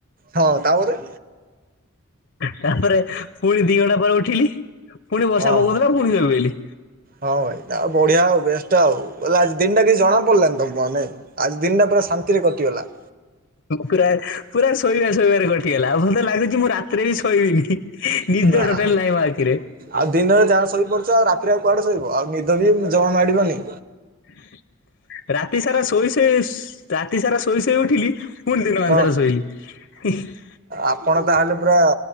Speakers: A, on the right (about 40°); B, on the left (about 55°).
A: ହଁ ତାପରେ
B: ତାପରେ ପୁଣି ଦି ଘଣ୍ଟା ପରେ ଉଠିଲି ପୁଣି ବର୍ଷା
A: ହଁ
B: ପକଉଥିଲା
A: ହଁ
B: ପୁଣି ସୋଇପଡିଲି।
A: ହଁ ଭାଇ ଆଉ ବଢିଆ ଆଉ ବେଷ୍ଟ ଆଉ, ଵଲେ ଆଜି ଦିନ ଟା କିଛି ଜଣା ପଡିଲାନି ତମକୁ ଆଉ ନାଇଁ? ଆଜି ଦିନଟା ପୁରା ଶାନ୍ତିରେ କଟିଗଲା।
B: ପୁରା ପୁରା ଶୋଇବା ଶୋଇବାରେ କଟିଗଲା ମୋତେ ଲାଗୁଛି ମୁଁ ରାତିରେ ବି ଶୋଇବିନି। ନିଦ
A: ନା
B: ଟୋଟାଲ ନାଇଁ ମୋ ଆଖିରେ।
A: ଆଉ ଦିନରେ ଯାହା ଶୋଇ ପଡ଼ୁଛ ଆଉ ରାତିରେ ଆଉ କୁଆଡେ ଶୋଇବ? ଆଉ ନିଦ ବି ଜମା ମାଡ଼ିବନି।
B: <unintelligible> ରାତି ସାରା ଶୋଇଶୋଇ, ରାତି ସାରା ଶୋଇ ଶୋଇ ଉଠିଲି, ପୁଣି ଦିନମାନ
A: ହଁ
B: ସାରା ଶୋଇଲି। ହ <unintelligible>
A: ଆପଣ ତାହେଲେ ପୁରା